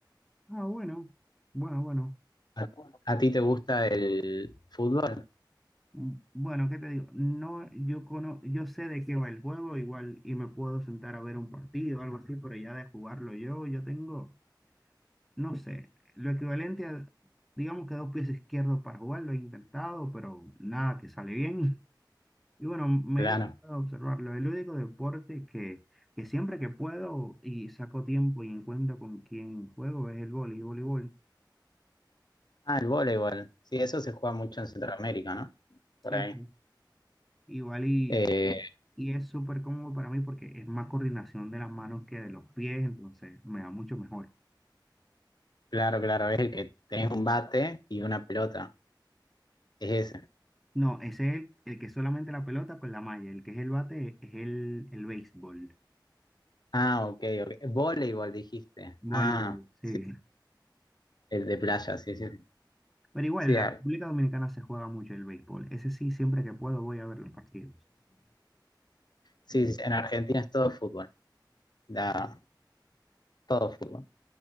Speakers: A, in the centre; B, on the left.
A: Ah, bueno, bueno, bueno.
B: ¿A, a ti te gusta el fútbol?
A: Mm, Bueno, ¿qué te digo? No, yo cono, yo sé de qué va el juego igual y me puedo sentar a ver un partido o algo así, pero ya de jugarlo yo, yo tengo. no sé, lo equivalente a, digamos que dos pies izquierdos para jugar, lo he intentado, pero nada que sale bien. <laughs> Y bueno, me
B: Claro.
A: he dedicado a observarlo. El único deporte que, que siempre que puedo y saco tiempo y encuentro con quien juego es el vóley, voleibol.
B: Ah, el voleibol. Sí, eso se juega mucho en Centroamérica, ¿no?
A: Sí,
B: Por ahí.
A: sí. Igual y,
B: Eh,
A: y es súper cómodo para mí porque es más coordinación de las manos que de los pies, entonces me da mucho mejor.
B: claro, claro, es el que tenés un bate y una pelota. Es ese.
A: No, ese es el, el que es solamente la pelota con la malla, el que es el bate es el, el béisbol.
B: Ah, ok, ok. Voleibol dijiste.
A: Voleibol,
B: Ah,
A: sí.
B: sí, el de playa, sí, sí.
A: Pero igual,
B: Sí,
A: en la
B: a-
A: República Dominicana se juega mucho el béisbol. Ese sí, siempre que puedo voy a ver los partidos.
B: sí, sí, en Argentina es todo fútbol, da, todo fútbol.